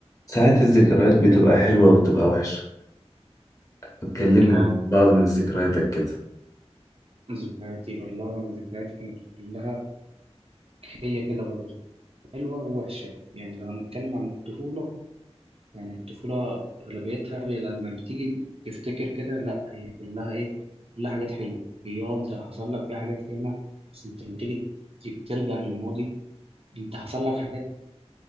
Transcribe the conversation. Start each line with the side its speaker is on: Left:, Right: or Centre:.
Left: ساعات الذكريات بتبقى حلوة وبتبقى وحشة بتكلمني
Right: اه
Left: عن بعض من ذكرياتك كده
Right: ذكرياتي والله وانا ذكرياتي كانت كلها هي كده برضه حلوه ووحشه يعني لو هنتكلم عن الطفوله يعني الطفوله اغلبيتها هي لما بتيجي تفتكر كده لا هي كلها ايه كلها حاجات حلوه هي اه انت حصل لك فيها حاجات ياما بس انت لما تيجي ت- ترجع للماضي انت حصل لك حاجات